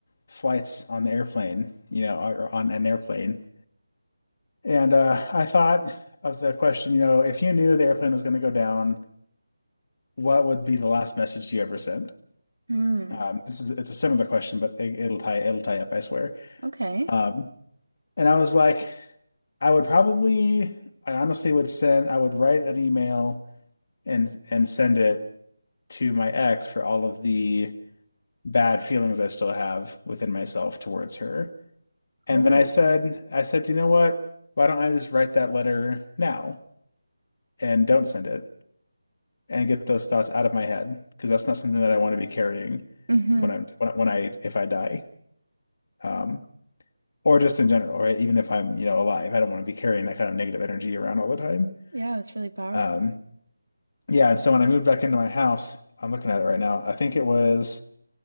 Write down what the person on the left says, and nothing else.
flights on the airplane, you know, or or on an airplane, and uh, I thought of the question, you know, if you knew the airplane was going to go down, what would be the last message you ever sent?
Um, this is it's a similar question, but it, it'll tie it'll tie up, I swear.
Um, and I was like, I would probably, I honestly would send, I would write an email and and send it. to my ex for all of the bad feelings I still have within myself towards her. And
then I said, I said, you know what? Why don't I just write that letter now and don't send it and get those thoughts out of my head? Because that's not something that I want to be carrying
when I'm when I, when I if I die. Um, or just in general, right? Even if I'm, you know, alive, I don't want to be carrying that kind of negative energy around all the time.
Um, yeah, and so when I moved back into my house, I'm looking at it right now. I think it was